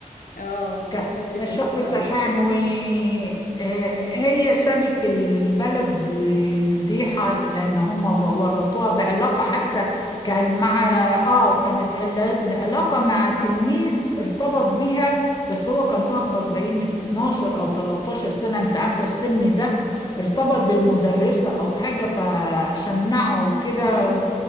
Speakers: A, on the left; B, on the left.
A: اه
B: كان
A: بحب تمثيله
B: شكري سرحان
A: أوي
B: وهي سابت البلد بفضيحة لأن هم ورطوها بعلاقة حتى كان مع آه كانت الع- العلاقة مع تلميذ ارتبط بيها بس هو كان أكبر بين في 12 أو 13 سنة أنت عارفة السن ده ارتبط بالمدرسة أو حاجة فشنعه وكده